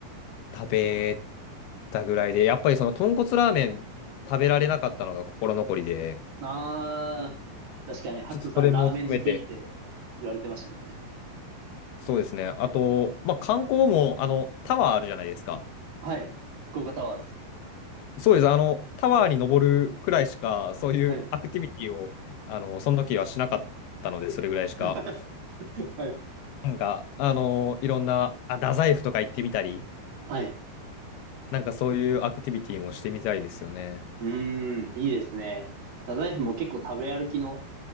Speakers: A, on the left; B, on the right.
A: 食べたぐらいで、やっぱりその、豚骨ラーメン食べられなかったのが心残りで、
B: あー、確かに、ハルトさんラーメン好きって言われてましたもんね。
A: ちょっとそれも含めて、そうですね。あと、まあ、観光も、あの、タワーあるじゃないですか。
B: はい。福岡タワーズ。
A: そうです。あの、タワーに登るくらいしか、そういうアクティビティを、
B: はい。
A: あの、その時はしなかったので、それぐらいしか。
B: <laughs> はい。
A: なんか、あの、いろんな、あ、太宰府とか行ってみたり、
B: はい。
A: なんかそういうアクティビティもしてみたいですよね。
B: うーん、いいですね。太宰府も結構食べ歩きの